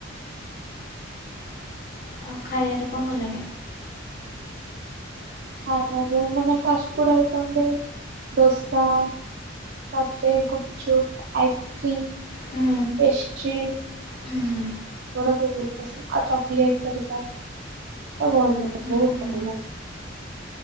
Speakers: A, on the left (about 50°); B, on the right (about 60°).
A: ଆଉ ଖାଇଆରେ କଁ ଭଲ ଲାଗେ?
B: ଖାଇବାରେ ମାନେ ଫାଷ୍ଟଫୁଡ୍ ଆଇଟମରେ ଦୋସା- - ତାପରେ ଗୁପଚୁପ ଆଇସକ୍ରିମ
A: ହୁଁ
B: ପେଷ୍ଟ୍ରି।
A: ହୁଁ ହୁଁ।
B: <inaudible> ଆଉ ଚଲେଟ ହେରିକା ଭଲ ବହୁତ୍
A: ହୁଁ ହୁଁ
B: ଭଲ ଲାଗେ।